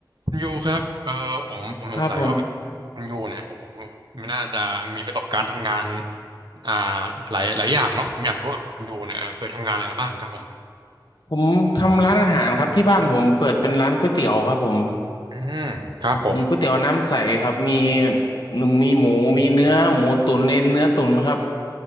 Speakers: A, on the right; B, on the left.
A: คุณยูครับเออผมผมสงสัยว่าแบบคุณยูเนี่ยโอ้โห
B: ครับผม
A: ไม่น่าจะมีประสบการณ์ทำงานอ่าหลายหลายอย่างเนาะผมอยากรู้ว่าคุณยูเนี่ยเออเคยทำงานอะไรมาบ้างครับผม
B: ผมทำร้านอาหารครับที่บ้านผมเปิดเป็นร้านก๋วยเตี๋ยวครับผม
A: อืมครับผม
B: อืมก๋วยเตี๋ยวน้ำใสครับมีหนึ่งมีหมูมีเนื้อหมูตุ๋นเอ็นเนื้อตุ๋นครับ